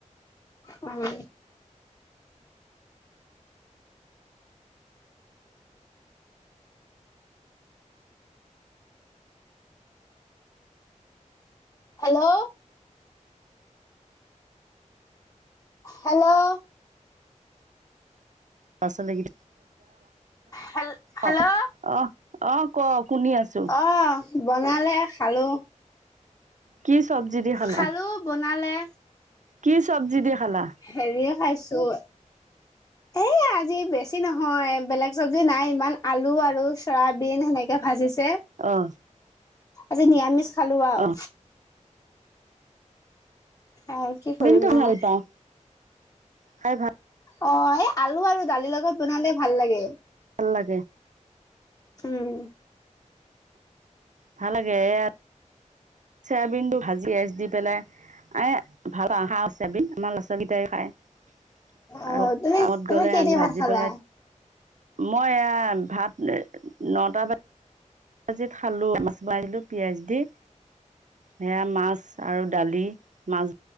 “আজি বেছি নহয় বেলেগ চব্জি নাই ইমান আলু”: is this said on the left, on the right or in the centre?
Left